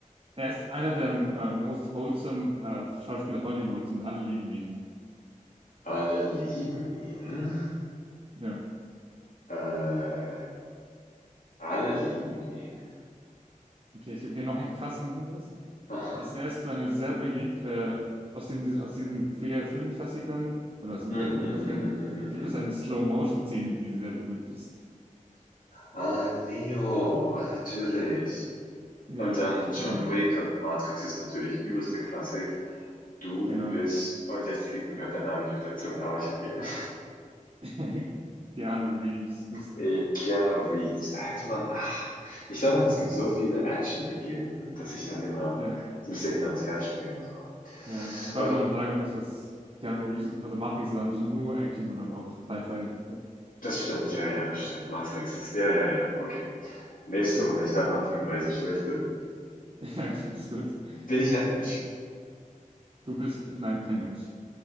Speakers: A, on the right (about 40°); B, on the left (about 80°).
A: Er ist einer der äh, most wholesome äh, Schauspieler Hollywoods und alle lieben ihn.
B: Alle lieben ihn.
A: Ja.
B: Äh, alle lieben ihn.
A: Okay, ich gebe dir noch einen krasseren Hinweis.
B: Ah,
A: Es er ist zwar eine sehr beliebt, äh, aus den, aus diesen vier Filmklassikern, oder aus den
B: hm
A: drei Filmklassikern,
B: hm hm hm hm hm.
A: gibt
B: hm.
A: es eine Slow-Motion-Szene, die sehr berühmt ist.
B: Ah, Neo, ah, natürlich.
A: Ja,
B: Und dann
A: <laughs>
B: John
A: genau,
B: Wick und Matrix ist natürlich übelste Klassik. Du
A: genau.
B: bist, und jetzt liegt mir gerade der Name nicht auf der Zunge, aber ich habe ihn. <laughs>
A: <laughs> Keanu Reeves bist
B: Äh,
A: du?
B: Keanu Reeves, da hätte man, ach, ich glaube einfach, es gibt so viele Action-Legenden, dass ich dann immer
A: Ja,
B: so ein bisschen hin und her springe, so.
A: ja, wobei
B: Okay,
A: man sagen muss, dass Keanu Reeves, ist- also Matrix ist auch nicht nur Action, sondern auch Sci-Fi. Ja,
B: das stimmt, ja, ja, das stimmt. Matrix ist, ja, ja, ja, okay. Nächste
A: Genau.
B: Runde, ich darf anfangen, weil ich so schlecht bin.
A: <laughs> Das ist gut.
B: Bin ich ein Mensch?
A: Ja, du bist, nein, kein Mensch.